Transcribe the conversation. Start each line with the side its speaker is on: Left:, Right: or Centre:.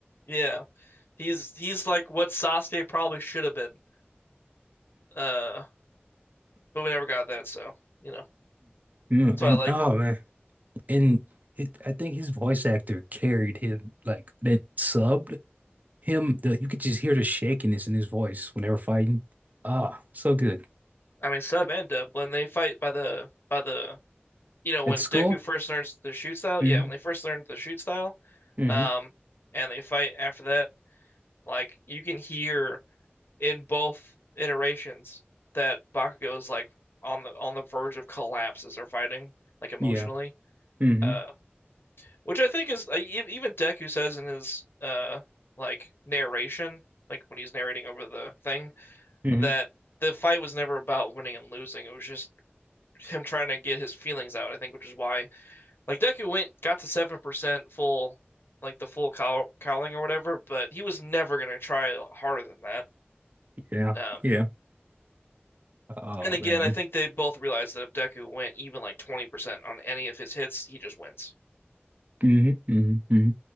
Left: Yeah, he's he's like what Sasuke probably should have been. Uh, but we never got that, so you know.
Right: Mm-hmm.
Left: So
Right: And
Left: I like,
Right: oh man, and it, I think his voice actor carried him like that subbed him. The, you could just hear the shakiness in his voice when they were fighting. Ah, so good
Left: I mean, Sub and Dub when they fight by the by the you know when
Right: at school.
Left: Deku first learns the shoot style,
Right: Mm-hmm.
Left: yeah, when they first learned the shoot style,
Right: Mm-hmm.
Left: um, and they fight after that, like you can hear in both iterations that Bakugo is like on the on the verge of collapse as they're fighting, like emotionally,
Right: Yeah. Mhm.
Left: uh, which I think is like, e- even Deku says in his uh like narration, like when he's narrating over the thing
Right: hmm
Left: that the fight was never about winning and losing. It was just him trying to get his feelings out, I think, which is why like Deku went got to 7% full like the full cow cowling or whatever, but he was never going to try harder than that.
Right: Yeah.
Left: Um
Right: Yeah. Oh
Left: and again,
Right: man.
Left: I think they both realized that if Deku went even like 20% on any of his hits, he just wins.
Right: hmm hmm hmm